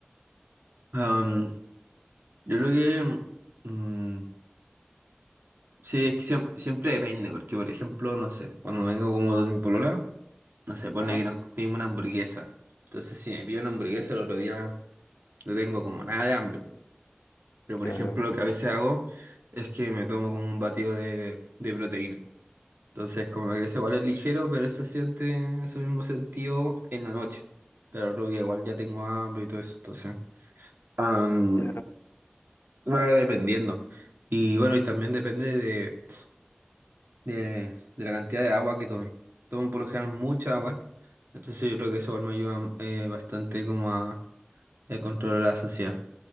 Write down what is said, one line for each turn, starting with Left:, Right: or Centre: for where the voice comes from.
Right: Am, yo creo que mm, Sí, es que siem- siempre depende, porque por ejemplo, no sé, cuando vengo como de mi polola, no sé, pone
Left: Ajá,
Right: que nos pedimos una hamburguesa. Entonces, si me pido una hamburguesa el otro día, no tengo como nada de hambre. Pero por
Left: ya,
Right: ejemplo,
Left: ya, perfecto.
Right: lo que a veces hago es que me tomo como un batido de, de proteína. Entonces, como que eso igual es ligero, pero se siente ese mismo sentido en la noche. Pero el otro día igual ya tengo hambre y todo eso, entonces. am,
Left: Ya,
Right: va dependiendo. Y bueno, y también depende de. de, de la cantidad de agua que tome. Tomo por lo general mucha agua, entonces yo creo que eso igual me ayuda eh, bastante como a, a controlar la saciedad.